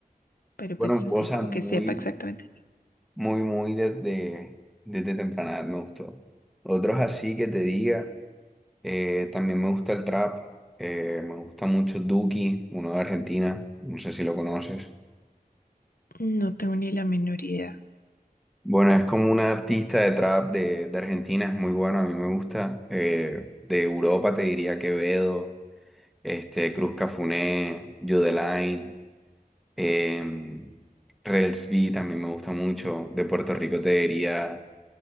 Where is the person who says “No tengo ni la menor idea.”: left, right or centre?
Left